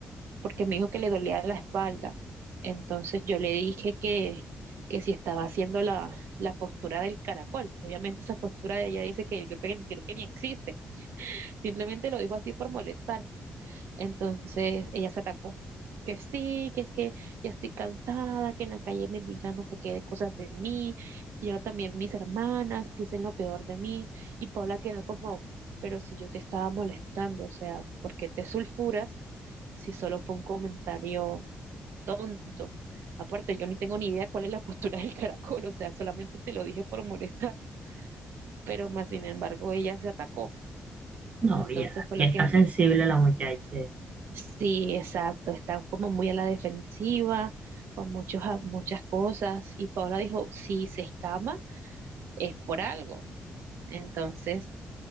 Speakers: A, on the right; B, on the right.
A: porque me dijo que le dolía la espalda. Entonces yo le dije que, que si estaba haciendo la, la postura del caracol. Obviamente esa postura de ella dice que yo creo que, creo que ni existe. Simplemente lo dijo así por molestar. Entonces ella se atacó. Que sí, que es que ya estoy cansada, que en la calle me digan no sé qué cosas de mí, y ahora también mis hermanas piensen lo peor de mí. Y Paula quedó como, pero si yo te estaba molestando, o sea, ¿por qué te sulfuras si solo fue un comentario tonto? Aparte, yo ni tengo ni idea cuál es la postura del caracol, o sea, solamente te lo dije por molestar, pero más sin embargo ella se atacó.
B: No,
A: Entonces
B: ya,
A: fue
B: ya
A: lo
B: está
A: que me,
B: sensible la muchacha.
A: Sí, exacto, están como muy a la defensiva, con muchos, a- muchas cosas. Y Paula dijo, si se escama, es por algo. Entonces,